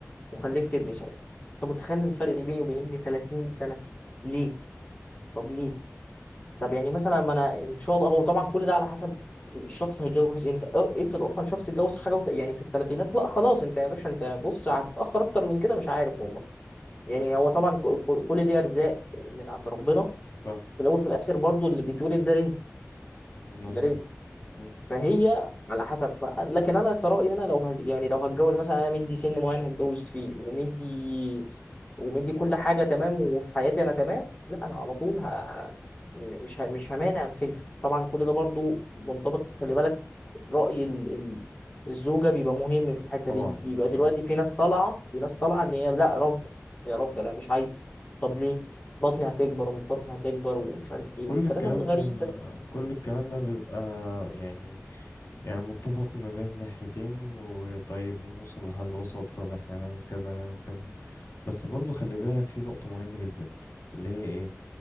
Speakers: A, on the left (about 25°); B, on the left (about 60°).
A: وخلفت
B: مم.
A: ابني ساعتها انت متخيل
B: مم.
A: الفرق بيني وبين ابني 30 سنه ليه طب ليه طب يعني مثلا ما انا ان شاء الله هو طبعا كل ده على حسب الشخص هيتجوز امتى أه، افرض اصلا شخص اتجوز حاجه وت... يعني في الثلاثينات لا خلاص انت يا باشا انت بص هتتاخر اكتر من كده مش عارف والله يعني
B: مم.
A: هو طبعا ك- ك- كل دي ارزاق من عند ربنا
B: صح
A: في الاول في الاخر برضو اللي بيتولد ده رزق
B: مظبوط
A: ده رزق
B: مم.
A: فهي على حسب ف... لكن انا كرأيي انا لو هج... يعني لو هتجوز مثلا انا مدي سن معين هتجوز فيه ومدي ومدي كل حاجه تمام وفي حياتي انا تمام لا انا على طول ه... مش ه... مش همانع في طبعا كل ده برضو منطبق خلي بالك رأي ال... ال... الزوجه بيبقى مهم في الحته
B: طبعا
A: دي بيبقى دلوقتي
B: آه.
A: في ناس طالعه في ناس
B: مم.
A: طالعه ان هي لا رفض يا رب انا مش عايزه طب ليه بطني هتكبر ومش بطني هتكبر ومش عارف ايه
B: كل
A: والكلام
B: الكلام
A: الغريب
B: ده
A: ده
B: كل الكلام ده بيبقى يعني يعني متفق ما بين ناحيتين وطيب نوصل لحل وسط طب احنا نعمل كذا نعمل كذا بس برضو خلي بالك في نقطة مهمة جدا اللي هي ايه